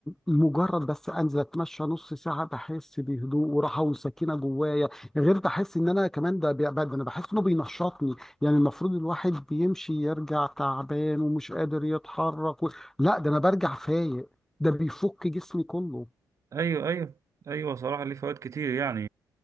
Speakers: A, in the centre; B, on the right.
A: مجرد بس انزل اتمشى نص ساعه بحس بهدوء وراحه وسكينه جوايا غير بحس ان انا كمان ده بي- ده انا بحس انه بينشطني يعني المفروض الواحد بيمشي يرجع تعبان ومش قادر يتحرك و... لا ده انا برجع فايق ده بيفك جسمي كله
B: ايوه ايوه ايوه صراحة ليه فوائد كتير يعني